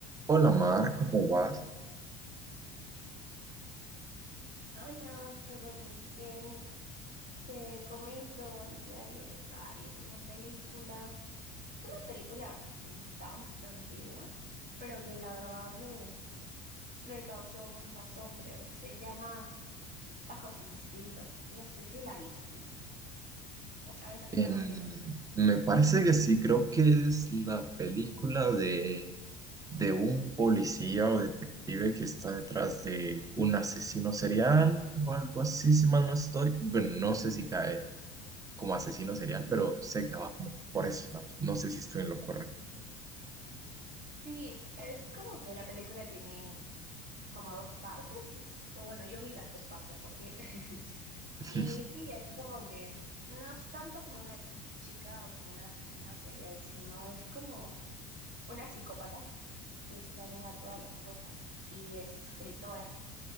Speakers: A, on the right (about 15°); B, on the right (about 55°).
A: Hola Mar, ¿cómo vas?
B: Hola, todo muy bien. Te comento, el día de ayer estaba viendo una película. Es una película mm, tan antigua, pero que la verdad me, me causó mucho asombro. Se llama Bajos Instintos. No sé si la viste o sabes a qué
A: Em,
B: me refiero.
A: me parece que sí, creo que es la película de, de un policía o detective que está detrás de un asesino serial o algo así, si mal no estoy. Bueno, no sé si cae como asesino serial, pero sé que va como por esos lados. No sé si estoy en lo correcto.
B: Sí, es como que la película tiene como dos partes. O bueno, yo vi las dos partes recién. <laughs>
A: <laughs>
B: Y sí, es como que no es tanto como una chica o como una asesina serial, sino es como una psicópata que planea todas las cosas y es escritora.